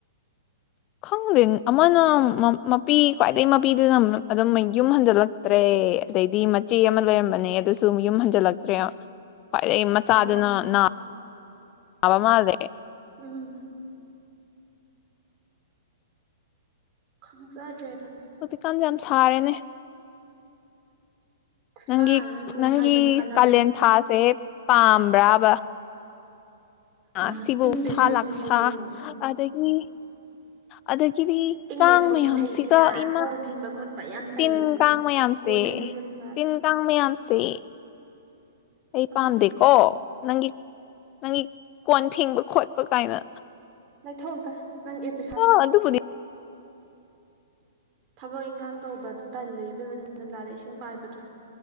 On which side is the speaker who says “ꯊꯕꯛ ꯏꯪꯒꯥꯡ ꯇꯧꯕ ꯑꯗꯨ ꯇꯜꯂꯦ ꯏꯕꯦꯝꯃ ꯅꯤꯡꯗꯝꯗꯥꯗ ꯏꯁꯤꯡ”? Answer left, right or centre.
Right